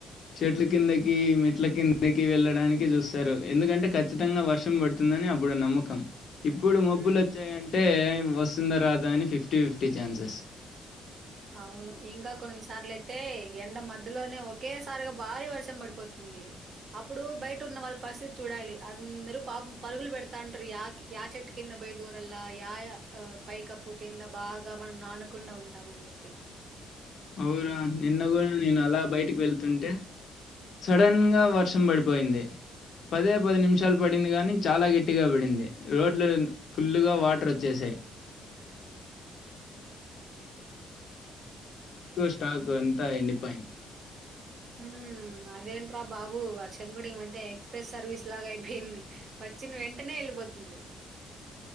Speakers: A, on the left; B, on the right.
A: చెట్ల కిందకి, మెట్ల కిందకి వెళ్ళడానికి చూస్తారు. ఎందుకంటే ఖచ్చితంగా వర్షం పడుతుందని అప్పుడు నమ్మకం. ఇప్పుడు మబ్బులు
B: ఉమ్,
A: వచ్చాయంటే వస్ దా. రాదా అని ఫిఫ్టీ ఫిఫ్టీ ఛాన్సెస్
B: అవును ఇంకా కొన్నిసార్లు అయితే. ఎండ మధ్యలోనే ఒకేసారిగా భారీ వర్షం పడిపోతుంది. అప్పుడు బయట ఉన్న వాళ్ళ పరిస్థితి చూడాలి. అందరు పాప పరుగులు పెడతా ఉంటారు. యాకి యా చెట్టు కింద పోయ దూరల్లా, యా ఆహ్ పైకప్పు కింద బాగా మనం నానకుండా ఉంటామని చెప్ ప్పి
A: అవురా నిన్న కూడా నేను అలా బయటికి వెళ్తుంటే సడన్గా వర్షం పడిపోయింది. పదే పది నిమిషాలు పడింది కానీ చాలా గట్టిగా పడింది. రోడ్లు ఫుల్లుగా వాటర్ వచ్చేసాయి. స్టాక్ ఎంతా ఎండిపోయి
B: ఉహ్మ్ అదేంట్రా బాబు వర్షం కూడా ఈ మధ్య ఎక్స్ప్రెస్ సర్వీస్ లాగా అయిపోయింది. వచ్చిన వెంటనే వెళ్ళిపోతుంది.